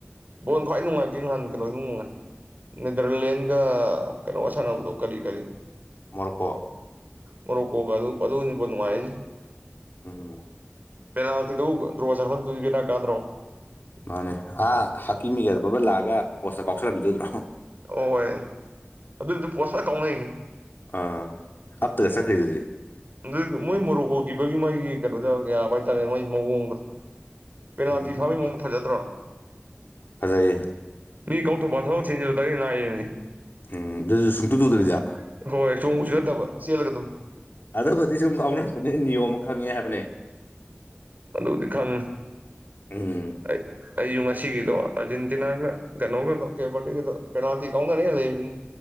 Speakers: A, on the right (about 40°); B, on the left (about 55°).
A: ꯕꯣꯟ ꯈ꯭ꯋꯥꯏ ꯅꯨꯡꯉꯥꯏꯕꯗꯤ ꯅꯍꯥꯟ ꯀꯩꯅꯣ ꯑꯗꯨꯅꯨꯡ ꯅꯨꯡꯉꯥꯏ ꯅꯦꯗꯔꯂꯦꯟꯒ ꯀꯩꯅꯣ ꯁꯥꯟꯅꯕꯗꯣ ꯀꯔꯤ ꯀꯔꯤ
B: ꯃꯣꯔꯀꯣ
A: ꯃꯔꯣꯛꯀꯣꯒ ꯑꯗꯨꯅꯤ ꯅꯨꯡꯉꯥꯏ
B: ꯎꯝ
A: ꯄꯦꯅꯥꯜꯇꯤꯗꯨꯕꯨ ꯗ꯭ꯔꯣ ꯆꯈꯛꯇ ꯕꯦꯔꯥꯀꯥꯗ꯭ꯔꯣ
B: ꯃꯥꯅꯦ ꯑꯥ ꯍꯥꯛꯀꯤ ꯃꯤꯒꯔꯄ ꯑꯃ ꯂꯥꯛꯑꯒ ꯄꯣꯠꯁ ꯀꯥꯎꯁꯜꯂꯝꯈꯤꯗꯧꯗ꯭ꯔꯣ
A: ꯑꯣꯏ ꯑꯗꯨꯏꯗꯤ ꯄꯣꯠꯇ ꯀꯥꯎꯅꯩꯌꯦ
B: ꯑꯥ ꯍꯥꯞꯇ <unintelligible> ꯈꯩꯗꯦ
A: ꯑꯗꯨ ꯃꯣꯏ ꯃꯣꯔꯣꯛ ꯍꯈꯤꯕꯒꯤ ꯃꯣꯏꯒꯤ ꯀꯩꯅꯣꯗ ꯌꯥꯕ ꯍꯥꯏꯇꯥꯔꯦ ꯃꯣꯏ ꯃꯑꯣꯡꯗ ꯄꯦꯅꯥꯜꯇꯤ
B: ꯎꯝ
A: ꯐꯕꯩ ꯃꯑꯣꯡ ꯐꯖꯗꯔꯣ
B: ꯐꯖꯩꯌꯦ
A: ꯃꯤ ꯀꯧꯊꯣꯛꯄ ꯊꯕꯛꯁꯤꯡꯁꯤ <unintelligible>
B: ꯎꯝ ꯑꯗꯨꯁꯨ ꯁꯨꯡꯇꯨ ꯇꯨꯗꯕꯤꯗ
A: ꯍꯣꯏ ꯆꯣꯡꯉꯨꯁꯨ ꯅꯠꯇꯕ ꯆꯦꯜꯂꯒ ꯑꯗꯨꯝ
B: ꯑꯕꯨꯗꯤ ꯁꯨꯝ ꯀꯥꯎꯅꯅꯕꯅꯦ ꯅꯤꯌꯣꯝ ꯈꯪꯉꯦ ꯍꯥꯏꯕꯅꯦ
A: ꯑꯗꯨꯕꯨꯗꯤ ꯈꯪꯉ
B: ꯎꯝ
A: <unintelligible> ꯑꯩꯁꯨ ꯉꯁꯤꯒꯤꯗꯣ ꯑꯔꯖꯦꯟꯇꯤꯅꯥꯒ ꯀꯩꯅꯣꯒꯗꯣ ꯀꯦꯕꯔꯗꯤꯒꯗꯣ ꯄꯦꯅꯥꯜꯇꯤ ꯀꯥꯎꯅꯔ ꯂꯩꯕꯅꯤ